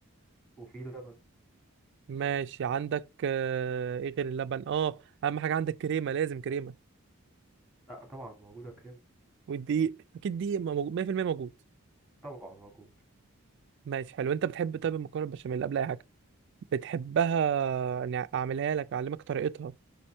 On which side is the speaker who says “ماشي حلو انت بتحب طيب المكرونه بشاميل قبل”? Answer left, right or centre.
Right